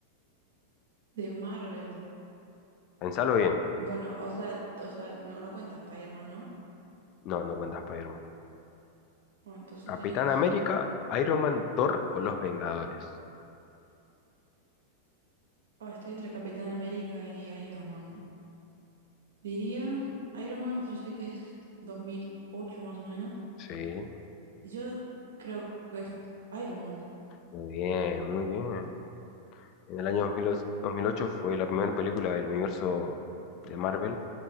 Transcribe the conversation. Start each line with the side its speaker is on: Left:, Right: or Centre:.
Right: De Marvel.
Left: Pensalo bien.
Right: Bueno, o sea, o sea, no, no cuenta Spider-Man, ¿no?
Left: No, no cuenta Spider-Man.
Right: Bueno, entonces
Left: ¿Capitán
Right: tiene que
Left: América,
Right: ser.
Left: Iron Man, Thor o Los Vengadores?
Right: Ah, estoy entre Capitán América y Iron Man. Diría, Iron Man, yo sé que es 2008 más o menos.
Left: Sí,
Right: Yo creo que es Iron Man.
Left: muy bien, muy bien. En el año 2008, 2008 fue la primera película del universo de Marvel.